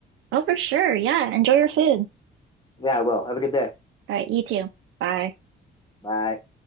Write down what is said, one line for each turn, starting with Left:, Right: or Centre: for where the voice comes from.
Right: Oh, for sure. Yeah. Enjoy your food.
Left: Yeah, I will. Have a good day.
Right: All right. You too. Bye.
Left: Bye.